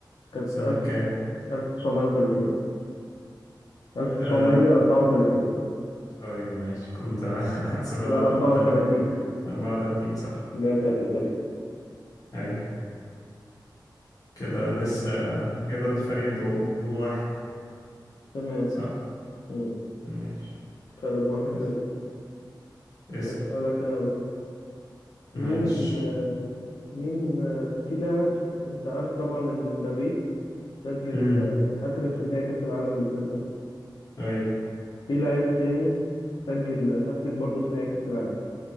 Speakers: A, on the left; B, on the left.
A: كانت
B: سنة
A: 1000
B: كام؟
A: 1930 1934
B: آه... طيب ماشي كنت <laughs> هحسبها
A: لا
B: لك
A: 34
B: غلط. تمام 34 صح
A: اللي هي بتاعت إيطاليا
B: أيوة كده لسه كده أنت فريق بو- بجو واحد
A: تمام
B: صح؟
A: مم.
B: ماشي
A: فرق بواحد
B: اس-
A: ليا
B: اسأل
A: أسألك أنا بقى مين
B: ماشي
A: آه، مين آه، في لاعب أنت عارف طبعا إن مبابي سجل
B: امم
A: آه، هاتريك في نهائي كأس العالم اللي فات ده
B: أيوة
A: في لاعب تاني سجل هاتريك برضه في نهائي كأس العالم